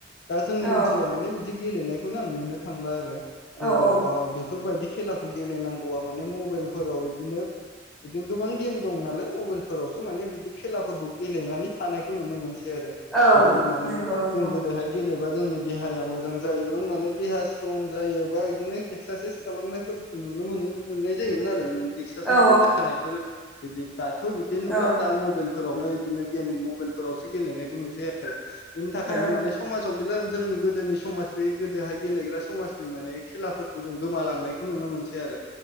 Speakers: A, on the left (about 60°); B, in the centre.
A: दा जोंनि
B: औ
A: ओनसोलाव माने बिदि गेलेनायखौनो आं नुनो थांला आरो
B: औ
A: जेराव
B: औ
A: बेफोरबायदि खेलाखौ गेलेनांगौआ माने मबाइलफोराव बिदिनो बिदिनो गोबां गेम दं नालाय मबाइलफोरावसो माने बिदि खेलाफोरखौ गेलेनानै थानायखौ नुनो मोनसै
B: औ
A: बिदिनो माने
B: नंगौ नंगौ
A: जों गोदोहाय गेलेबा जोंनि देहाया मोजां जायोमोन माने देहा स्ट्रं जायो बा बिदिनो एक्सारसाइस खालामनायफोर मोननाय जायोमोन आरो एसारसाइसफोर
B: औ
A: जानायफोर बिदि दाथ' बिदि नुला
B: औ
A: दा मबाइल फोरावनो बिदिनो गेम मबाइल फोरावसो गेलेनायखौ नुसै आरो बेनि थाखायनो
B: औ
A: माने समाजाव जोंनि गोदोनि समाज बे गोदोहाय गेलेग्रा समाजनि माने खेलाफोरखौ जों गोमालांनायखौ नुनो मोनसै आरो